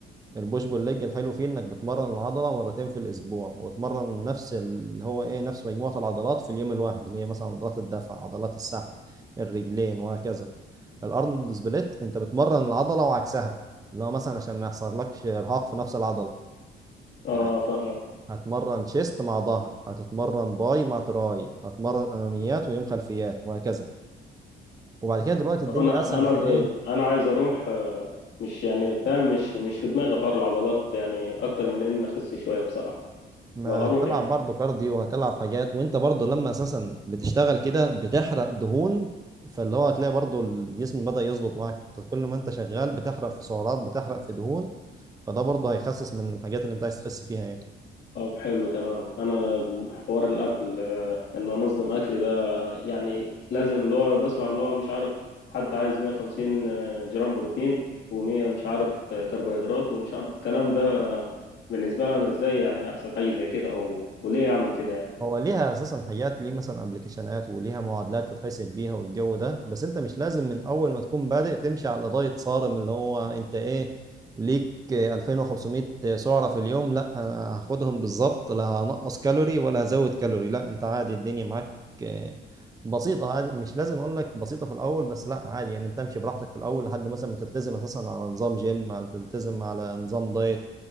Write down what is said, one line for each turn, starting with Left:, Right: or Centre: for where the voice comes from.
Right: البوش بول ليج الحلو فيه انك بتمرن العضله مرتين في الاسبوع وتمرن نفس اللي هو ايه نفس مجموعه العضلات في اليوم الواحد اللي هي مثلا عضلات الدفع عضلات السحب الرجلين وهكذا الارنولد سبليت انت بتمرن العضله وعكسها اللي هو مثلا عشان ما يحصلكش ارهاق في نفس العضله
Left: اه
Right: يعني
Left: فاهمك
Right: هتمرن شيست مع ظهر هتتمرن باي مع تراي هتمرن اماميات ويوم خلفيات وهكذا وبعد كده دلوقتي
Left: طب
Right: الدنيا
Left: انا
Right: اسهل
Left: انا
Right: في
Left: د-
Right: ايه
Left: انا عايز اروح آه، مش يعني فاهم مش مش في دماغي حوار العضلات يعني اكتر من ان اخس شويه بصراحه
Right: ما
Left: لو هروح
Right: هتلعب
Left: يعني
Right: برضه كارديو وهتلعب حاجات وانت برضه لما اساسا بتشتغل كده بتحرق دهون فاللي هو هتلاقي برضه الجسم بدأ يظبط معاك انت كل ما انت شغال بتحرق في سعرات بتحرق في دهون فده برضه هيخسس من الحاجات اللي انت عايز تخس فيها يعني
Left: طب حلو تمام انا حوار الاكل آه، ان انظم اكلي ده يعني لازم اللي هو بسمع اللي هو مش عارف حد عايز 150 جرام بروتين و100 مش عارف آه، كربوهيدرات ومش عارف الكلام ده آه، بالنسبه لي انا ازاي يعني احسب حاجه زي كده او وليه اعمل كده يعني؟
Right: هو ليها اساسا حاجات ليه مثلا ابلكيشنات وليها معادلات تتحسب بيها والجو ده بس انت مش لازم من اول ما تكون بادئ تمشي على دايت صارم اللي هو انت ايه ليك 2500 سعرة في اليوم لا انا هاخدهم بالظبط لا هنقص كالوري ولا هزود كالوري لا انت عادي الدنيا معاك آه، بسيطة عادي مش لازم اقول لك بسيطة في الاول بس لا عادي يعني انت امشي براحتك في الاول لحد مثلا ما تلتزم اساسا على نظام جيم على تلتزم على نظام دايت